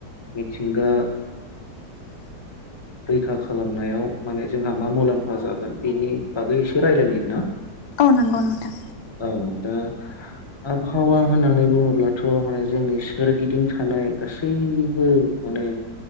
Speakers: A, on the left; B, on the left.
A: मिथिंगा
B: <inaudible>
A: रैखा खालामनायाव माने जोंहा मा मुलाम्फा जागोन बेनि बागै इसे रायलायनि ना
B: औ नंगौ नोंथां
A: औ दा आबहावा होननानै बुङोब्लाथ' माने जोंनि सोरगिदिं थानाय गासैबो माने